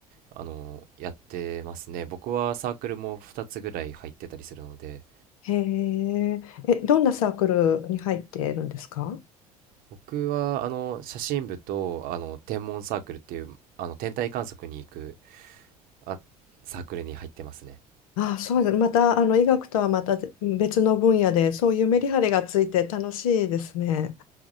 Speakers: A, on the right; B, on the left.
A: あのやってますね僕はサークルも2つぐらい入ってたりするので
B: ええ、へええ、どんなサークルに入っているんですか
A: 僕はあの写真部とあの天文サークルっていうあの天体観測に行くあサークルに入ってますね
B: あ、そうです。また、あの、医学とはまた別の分野で、そういうメリハリがついて楽しいですね。